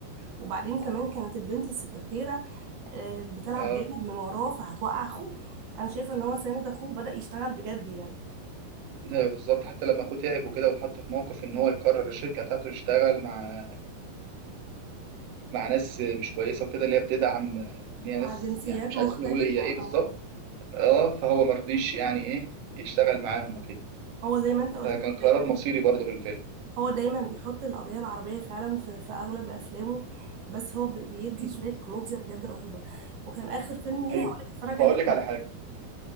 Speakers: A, on the right (about 60°); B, on the right (about 80°).
A: وبعدين كمان كانت البنت السكرتيرة آه، بتلعب
B: اه
A: جامد من وراه فهتوقع اخوه انا شايفة ان هو ساند اخوه بدأ يشتغل بجد يعني
B: ايوه بالظبط حتى لما اخوه تعب وكده واتحط في موقف ان هو يقرر الشركه بتاعته يشتغل مع مع ناس مش كويسه وكده اللي هي بتدعم ان هي
A: مع
B: ناس
A: جنسيات
B: يعني مش
A: مختلفة
B: عايزين نقول هي ايه بالظبط
A: اه
B: اه فهو مرضيش يعني ايه يشتغل معاهم وكده
A: هو زي ما انت قلت
B: فكان
A: هو
B: قرار
A: دايما
B: مصيري برضه في الفيلم
A: هو دايما بيحط القضية العربية فعلا في, في اغلب افلامه بس هو بي- بيدي
B: مم.
A: شوية كوميديا بجد رهيبة وكان اخر فيلم ليه
B: طيب
A: هقولك اتفرج
B: بقول
A: عليه
B: لك على حاجه